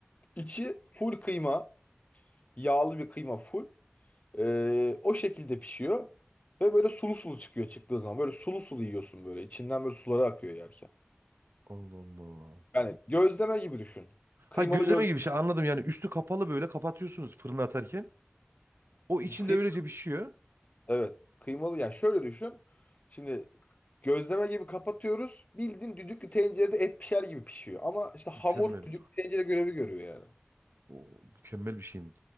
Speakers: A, on the left; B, on the right.
A: İçi full kıyma. Yağlı bir kıyma full. Ee, o şekilde pişiyor. Ve böyle sulu sulu çıkıyor çıktığı zaman. Böyle sulu sulu yiyorsun böyle. İçinden böyle suları akıyor yerken.
B: Allah Allah.
A: Yani gözleme gibi düşün. Kıymalı
B: Ha gözleme
A: gözleme,
B: gibi bir şey anladım yani üstü kapalı böyle kapatıyorsunuz fırına atarken. O içinde
A: Kıy-
B: öylece pişiyor.
A: evet. Kıymalı yani şöyle düşün. Şimdi gözleme gibi kapatıyoruz. Bildiğin düdüklü tencerede et pişer gibi pişiyor. Ama işte hamur
B: Mükemmel.
A: düdüklü tencere görevi görüyor yani.
B: O mükemmel bir şeyim.